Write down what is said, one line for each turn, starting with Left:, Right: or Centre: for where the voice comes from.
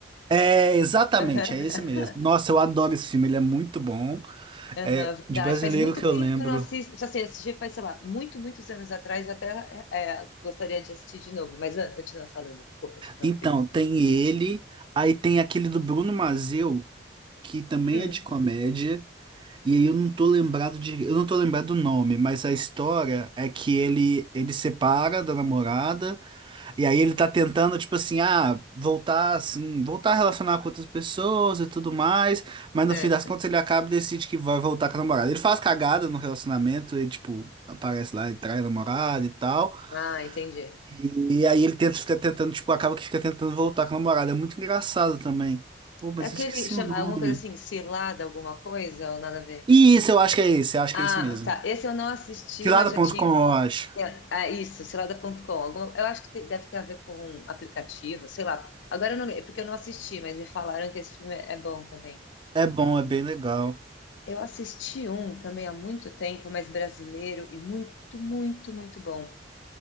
Right: É, exatamente,
Left: <laughs>
Right: é esse mesmo. Nossa, eu adoro esse filme, ele é muito bom.
Left: Aham,
Right: É
Left: verdade.
Right: de brasileiro
Left: Faz muito
Right: que
Left: tempo
Right: eu lembro.
Left: que eu não assisto. Assim, assisti faz, sei lá, muito, muitos anos atrás. Até é, é, gostaria de assistir de novo. Mas, Ana, continua falando. Desculpa te interromper.
Right: Então, tem ele, aí tem aquele do Bruno Mazzeu, que também
Left: Hum,
Right: é de comédia, e aí eu não tô lembrado de, eu não tô lembrado do nome, mas a história é que ele ele separa da namorada E aí ele tá tentando, tipo assim, ah, voltar assim, voltar a relacionar com outras pessoas e tudo mais, mas
Left: certo.
Right: no fim das contas ele acaba e decide que vai voltar com a namorada. Ele faz cagada no relacionamento e, tipo, aparece lá e trai a namorada e tal.
Left: Ah, entendi.
Right: E, e aí ele tenta ficar tentando, tipo, acaba que fica tentando voltar com a namorada. É muito engraçado também. Pô, mas
Left: É aquele,
Right: eu esqueci
Left: chama
Right: o nome.
Left: alguma coisa assim, cilada, alguma coisa ou nada a ver?
Right: E isso, eu acho que é isso, eu acho
Left: Ah,
Right: que é isso mesmo.
Left: tá. Esse eu não assisti,
Right: Cilada.com,
Left: mas já tinha.
Right: eu acho.
Left: É, ah, isso, cilada.com. Alguma... Eu acho que te- deve ter a ver com um aplicativo, sei lá. Agora eu não lembro, porque eu não assisti, mas me falaram que esse filme é é bom também.
Right: É bom, é bem legal.
Left: Eu assisti um também há muito tempo, mas brasileiro e muito, muito, muito bom.